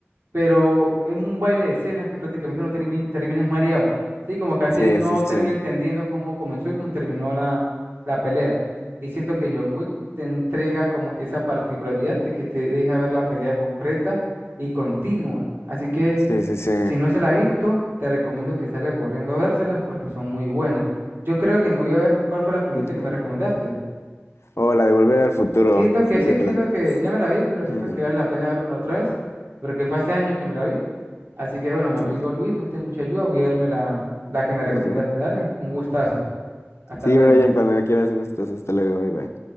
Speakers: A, on the right; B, on the left.
A: pero es un baile de escenas que prácticamente no termi- terminas mareado. Sí, como que a veces
B: sí,
A: no
B: sí, sí,
A: termina entendiendo cómo comenzó y cómo terminó la, la pelea. Y siento que John Wick te entrega como que esa particularidad de que te deja ver la pelea completa y continua. Así que
B: sí, sí, sí.
A: si no se la ha visto, te recomiendo que salga corriendo a vérselas porque son muy buenas. Yo creo que me voy a ver cuál fue la primita
B: Ujú.
A: que me recomendaste.
B: O la de Volver al Futuro,
A: Siento
B: sí,
A: que sí,
B: vete
A: siento
B: las tres.
A: que ya me la vi, pero
B: Ujú,
A: siento que vale la pena vérmela otra vez, porque fue hace años que me la vi. Así que bueno, mi
B: Sí.
A: amigo Luis, fuiste de mucha ayuda, voy a verme la, la que me recomendaste.
B: <laughs>
A: Dale, un gustazo. Hasta
B: Sí,
A: luego.
B: Brian, cuando quieras, un gustazo, hasta luego, bye bye.